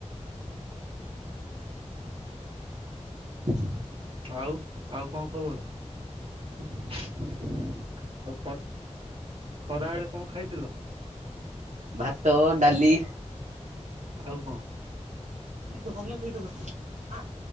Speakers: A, on the right; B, on the right.
A: <inaudible>
B: ଆଉ ଆଉ କଣ ଖବର? ଆଉ ଖ ଖରାବେଳେ କଣ ଖାଇଥିଲ?
A: ଭାତ, ଡାଲି।
B: ଆଉ କଣ?
A: ଧନ ସହିତ କଥା